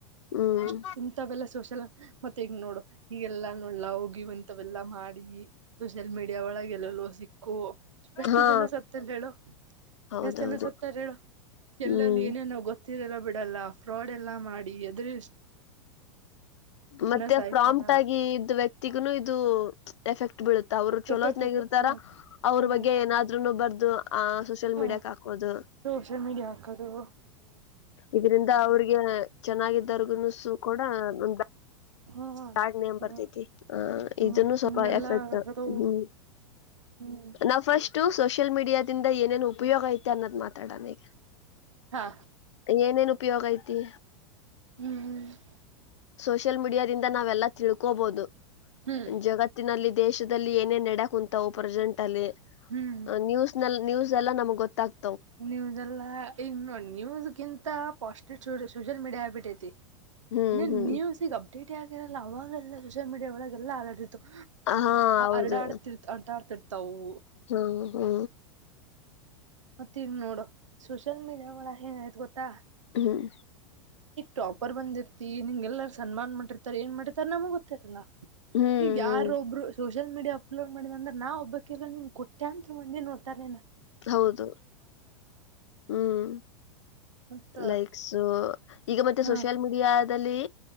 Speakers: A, on the left; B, on the right.
A: ಹ್ಮ್
B: ಇಷ್ಟ ಇಂಂತ ಬೆಲ್ಲ ಸೋಶಾಲ ಮತ್ತ ಈಗ್ ನೋಡು ಈಗೆಲ್ಲಾ ನೋಡ್ಲ ಹೋಗಿ ಒಂತವೆಲ್ಲಾ ಮಾಡಿ ಸೋಷಿಯಲ್ ಮೀಡಿಯಾ ಒಳಗೆ ಗೆಲ್ಲಲ್ಲೋ ಸಿಕ್ಕು ಎಷ್ಟು
A: ಹಾ
B: ಜನ ಸತ್ತಲ್ಲ ಹೇಳು
A: ಹೌದೌದು
B: ಎಷ್ಟ ಚನ್ ಸತ್ತಾರ ಹೇಳು ಎಲ್ಲಲ್ಲಿ
A: ಹ್ಮ್
B: ಏನೇನ ೀರೆಲ್ಲ ಬಿಡಲ್ಲ ಫ್ರಾಡ್ ಎಲ್ಲಾ ಮಾಡಿ ಎದುರಿ
A: ಮತ್ತೆ
B: ಸಾಯ್ತಾರ
A: ಪ್ರಾಂಟ್ ಆಗಿ ಇದ್ದ ವ್ಯಕ್ತಿಗ ಇದು ಎಫೆಕ್ಟ್ ಬೀಳುತ್ತ ಅವ್ರು ಚಲೋತ್ನಾಗ
B: ಎಫೆಕ್ಟ್
A: ಇರ್ತಾರ
B: ಹ
A: ಅವ್ರ
B: ಹ
A: ಬಗ್ಗೆ ಏನಾದ್ೂನು ಬರ್ದು ಅ ಸೋಷಿಯಲ್
B: ಹ
A: ಮೀ ಬಿಡಕ್ ಹಕೋದು
B: ಸೋಷಿಯಲ್ ಮೀಡಿಯಾ ಹಾಕದು
A: ಇದ್ರಂದ ಅವ್ರಿಗೆ ಚೆನ್ನಾಗಿದ್ದರ್ಗುನಸು ಕೂಡ ಒ
B: ಹಾ
A: ಕಡ್ ನೇಮ
B: ಹ
A: ಬರ್ತೈತಿ ಆ
B: ಹ್ಮ
A: ಇದನ್ನು
B: ಹಿಂಗೆಲ್ಲಾ
A: ಸ್ವಲ್ಪ ಎಫೆಕ್ಟ್
B: ಅದವು
A: ಹ್ಮ್
B: ಹ್ಮ್
A: ನಾ್ ಫಸ್ಟ್ು ಸೋಷಿಯಲ್ ಮೀಡಿಯಾದಿಂದ ಏನೇನು ಉಪಯೋಗ ಐತೆ ಅನ್ನೋದ್ ಮಾತಾಡನ್ ಈಗ
B: ಹಾ
A: ಏನೇನ್ ಉಪಯೋಗ ಐತಿ
B: ಹ್ಮ್
A: ಸೋಷಿಯಲ್ ಮೀಡಿಯಾದಿಂದ ನಾವೆಲ್ಲಾ ತಿಳ್ಕೋಬಹುದು
B: ಹ್ಮ್
A: ಜಗತ್ತಿನಲ್ಲಿ ದೇಶದಲ್ಲಿ ಏನೇನ್ ನಡಕ್ ಕುಂತವು ಪ್ರೆಸೆಂಟ್ ಅಲ್ಲಿ
B: ಹ್ಮ್
A: ನ್ಯೂಸ್ ನಲ್ಲಿ ನ್ಯೂಸ್ ಎಲ್ಲ ನಮ್ ಗೊತ್ತತ
B: ನ್ೂಸ್ ಎಲ್ಲ ಈ ನ್ೂಸ್ಗಿಂತ ಪಾಸ್ಟ ಸೋಷಿಯಲ್ ಮೀಡಿಯಾ ಹ್ಯಾಬಿಟ್ ಐತಿ
A: ಹ್ಮ್
B: ಇನ್ನ
A: ಹ್ಮ್
B: ನ್ಯೂಸ ಈಗ್ ಅಪ್ಡೇಟ್ ಆಗಿರಲ್ಲ ಅವಾಗಲ್ಲ ಸೋಷಿಯಲ್ ಮೀಡಿಯಾ ಒಳಗೆ ಎಲ್ಲಾ ಅರಡಿರ್ತವು
A: ಹಾ ಹೌದು
B: ಅರಡಾಡ್ತಿರ್ ಅರ್ಡಾಡ್ತಿರ್ತವು
A: ಹ್ಮ ಹ್ಮ
B: ಮತ್ತ ಇ ನೋಡು ಸೋಷಿಯಲ್ ಮೀಡಿಯಾ ಒಳ ಏನ್ ಆಯ್ತು ಗೊತ್ತಾ
A: ಹ್ಮ್ ಹ್ಮ್
B: ಟಾಪರ್ ಬಂದಿರ್ತಿ ನಿಂ್ಗೆಲ್ಲಾರು ಸನ್ಮಾನನ್ ಮಾಡಿರ್ತಾರ ಏನ್ ಮಾಡಿರ್ತ ನಮಗ ಗೊತ್ತಿರಲ್ಲ
A: ಹ್ಮ್
B: ಹಗ ಯಾರ ಒಬ್ರು ಶೋಷ ಸೋಷಲ್ ಮೀಿಯಾ ಅಪ್ಲೋಡ್ ಮಾಡಿದ ಅಂದ್ರ ನಾ ಒಬ್ಬಕೆಲ್ಲ ನಿಮ್ ಕೊಟ್ಟ್ಯಾ ಅಂತ ಮಂದ ನೋಡ್ತಾರೆ
A: ಹೌದು ಹ್ಮ್
B: ಮತ್ತ
A: ಲೈಕ್ಸ್ ಈಗ ಮತ್ತೆ
B: ಹ
A: ಸೋಷಿಯಲ್ ಮೀಡಿಯಾದಲ್ಲಿ